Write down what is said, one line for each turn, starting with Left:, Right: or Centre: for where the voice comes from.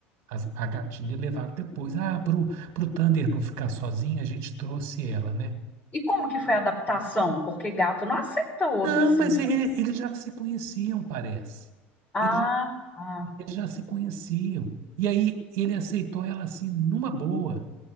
Right: As- a gatinha levaram depois. Ah, pro, pro Thunder não ficar sozinho, a gente trouxe ela, né?
Left: e como que foi a adaptação? Porque gato não aceita outro
Right: Não,
Left: assim.
Right: mas ele- eles já se conheciam, parece.
Left: Ah,
Right: Eles já,
Left: tá.
Right: eles já se conheciam. E aí ele aceitou ela assim, numa boa.